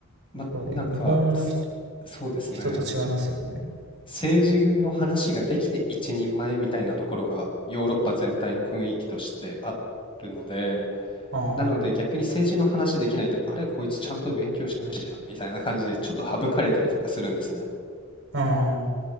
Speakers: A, on the left (about 25°); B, on the right (about 55°).
A: ま、
B: ところで、
A: なんか、
B: 日本の
A: すそうですね。
B: 人人と違いますよね。
A: 政治の話ができて一人前みたいなところが、ヨーロッパ全体の雰囲気としてあるので、
B: うん、
A: なので逆に政治の話できないと、あれ、こいつちゃんと勉強してないじゃんみたいな感じで、ちょっと省かれたりとかするんですね。
B: うん、